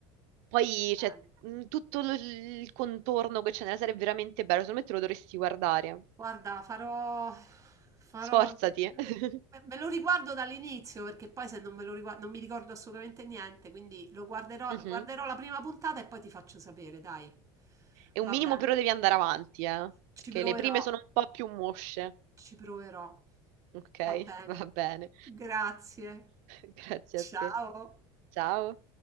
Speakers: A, on the right (about 75°); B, on the right (about 30°).
A: poi
B: va
A: c'è
B: bene.
A: mh, tutto l- il contorno che c'è nella serie è veramente bello, secondo me te lo dovresti guardare,
B: Guarda, farò farò
A: sforzati.
B: le
A: <laughs>
B: le me lo riguardo dall'inizio, perché poi se non me lo rigua non mi ricordo assolutamente niente, quindi lo guarderò
A: Mhm.
B: guarderò la prima puntata e poi ti faccio sapere, dai.
A: E
B: Va
A: un minimo
B: bene.
A: però devi andare avanti, eh,
B: Ci
A: perché
B: proverò,
A: le prime sono un po' più mosce.
B: ci proverò.
A: Ok,
B: Va bene.
A: va bene.
B: Grazie.
A: <laughs> Grazie
B: Ciao.
A: a te. Ciao.